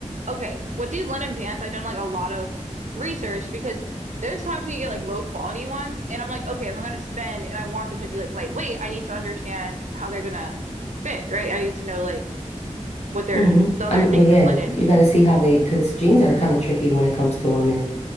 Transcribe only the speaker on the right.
okay. With these linen pants, I've done like a lot of research because there's times when you get like low quality ones, and I'm like, okay, if I'm gonna spend and I want them to be like lightweight, I need to understand how they're gonna fit, right? I need to know like what their
the other
things
are blended.